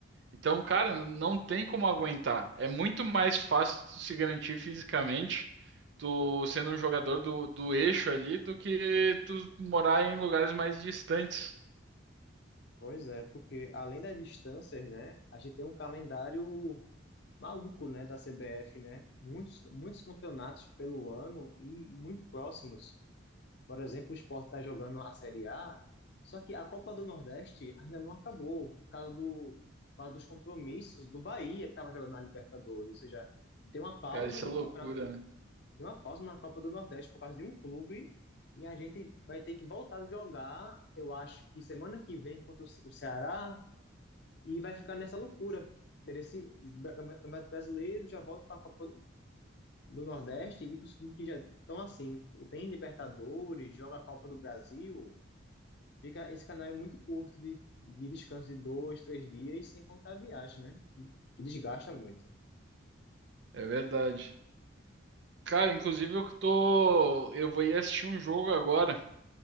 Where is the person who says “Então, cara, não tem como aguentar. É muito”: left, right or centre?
Right